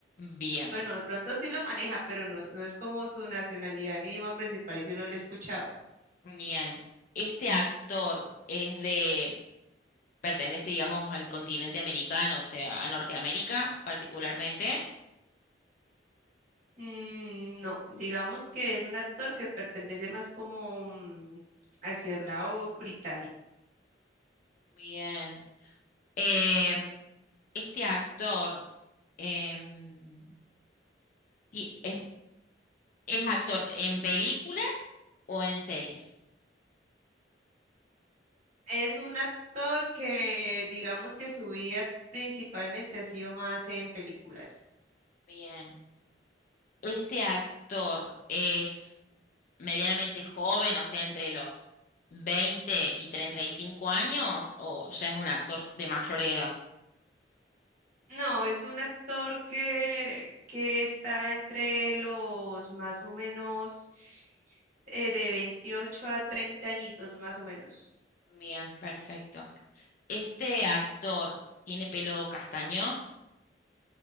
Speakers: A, on the left; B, on the right.
A: Bien,
B: Bueno, de pronto sí lo maneja, pero no, no es como su nacionalidad ni idioma principal y yo no lo he escuchado.
A: bien. Este actor es de, pertenece, digamos, al continente americano, o sea, a Norteamérica particularmente.
B: Mm, no, digamos que es un actor que pertenece más como mm, hacia el lado británico.
A: Bien. Eh, este actor em, y es, es actor en películas o en series.
B: Es un actor que digamos que su vida principalmente ha sido más en películas.
A: Bien. Este actor es medianamente joven, o sea, entre los 20 y 35 años, o ya es un actor de mayor edad.
B: No, es un actor que, que está entre los más o menos eh, de 28 a 30 añitos más o menos.
A: Bien, perfecto. ¿Este actor tiene pelo castaño?